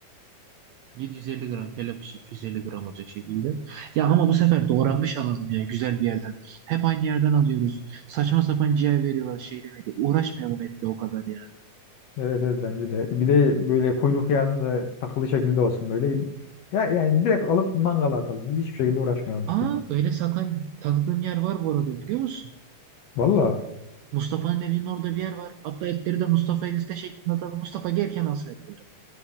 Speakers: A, on the right; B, on the left.
A: 750 gram kelepçe 250 gram olacak şekilde. Ya ama bu sefer doğranmış alalım ya güzel bir yerden. Hep aynı yerden alıyoruz. Saçma sapan ciğer veriyorlar şeyle veriyor. Uğraşmayalım etle o kadar ya.
B: Evet evet bence de. Bir de böyle kuyruk yağını da takılı şekilde olsun böyle. Ya yani direkt alıp mangala atalım. Biz hiçbir şekilde uğraşmayalım istiyorum.
A: Aa öyle satan tanıdığım yer var bu arada biliyor musun?
B: Valla.
A: Mustafa'nın evinin orada bir yer var. Hatta etleri de Mustafa'ya liste şeklinde atalım. Mustafa gelken alsın etleri.